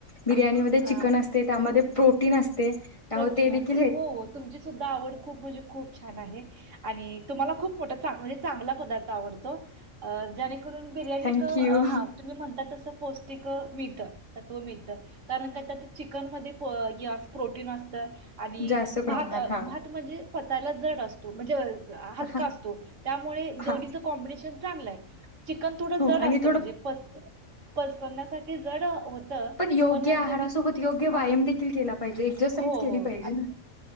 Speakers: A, on the left; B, on the right.
A: बिर्याणीमध्ये
B: हा
A: चिकन असते त्यामध्ये प्रोटीन असते त्यामुळे
B: प्रोटीन
A: ते देखी
B: असेल हो तुमची सुद्धा आवड खूप म्हणजे खूप छान आहे आणि तुम्हाला खुप मोठा म्हणजे चांगला पदार्थ आवडतो जेणेकरून बिर्याणीत
A: थँक यू
B: हा तुम्ही म्हणता तसं पौष्टिक मिळत तत्व मिळत कारण का त्यात चिकनमध्ये यात प्रोटीन आणि
A: जास्त प्रमाणात
B: भात
A: हा
B: भात म्हणजे पचायला जड अस तो म्हणजे हलका
A: हा
B: असतो त्यामुळे
A: हा
B: दोन्हीच कॉम्बिनेशन चांगलंय चिकन थोडं
A: हो
B: जड
A: आणि
B: असतं
A: थोडं
B: म्हणजे पच पचण्यासाठी जड होतं
A: योग्य
B: पण
A: आहारासोबत
B: दोन्हीचं
A: योग्य व्यायाम
B: हा
A: देखील केला पाहिजे एक्सरसाइज
B: हो
A: केली
B: हो
A: पाहिजे
B: आणि
A: ना